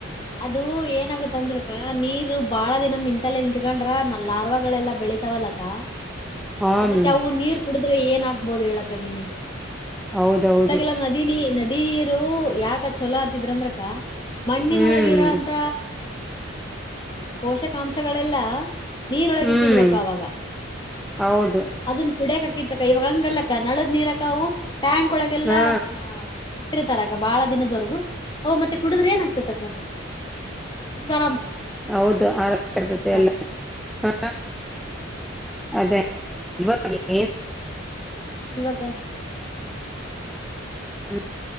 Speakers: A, on the left; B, in the centre.
A: ಅದು ಏನಾಗತ್ತ ಅಂದ್ರೆ. ಅ ನೀರು ಬಾಳ ದಿನ ನಿಂತಲ್ಲ ನಿಲ್ತ್ಕೊಂಡ್ರ ಲಾರ್ವಾಗಗಳೆಲ್ಲಾ ಬೆಳಿತಾವಲ್ಲಕ್ಕ.
B: ಹನು
A: ಮತ್ತೆ ಅವು ನೀರ್ ಕುಡ್ರೆ ಏನಾಗಗ್ಬೋದು ಹೇಳಕ ನೀನೆೇ.
B: ಹೌದೌದು
A: ಮೊದಲಾಗಲ್ಲಾ ನದಿನಿ ನದಿ. ನದಿ ನೀರು ಯಾಕ ಚೊಲೋ ಅಂತಿದ್ರ ಅಂದ್ರಕ ಮಣ್ಣಿನೊಳಗಿರ
B: ಹ್ಮ್
A: ಅಂತ. ಪೋಷಕಾಂಶಗಳೆಲ್ಲಾ. ನೀರೊಳಗಿರ್ತಿದ್ವಕ
B: ಹ್ಮ್
A: ಅವಾಗ
B: ಹೌದು
A: ಅದನ್. ಕುಡಿಯಕಕಿತ್ತಕ್ಕ ಇವಾಗ ಹಂಗಲ್ಲಕ್ಕ ನಳದ್ ನೀರಕ್ಕವು ಟ್ಯಾಂಕ್ ಒಳಗೆಲ್ಲ
B: ಹಾ
A: ಅ. ರ್ತಾರ ಅಕ್ಕ ಬಾಳ ದಿನದವರೆಗೂ ಅವು ಮತ್ತೆ ಕುಡುದ್ರ ಏನಾಗಗ್ತಕ್ಕ. ಹಾ
B: ಹೌದು ಆರೋಗ್ಯ ಇರ್ತತಿ
A: ಅಕ್ಕಾ
B: ಎಲ್ಲ ಹಾ ಅದೇ ಈವಾಗ. <unintelligible>
A: ಇವಾಗ
B: ಹ್ಮ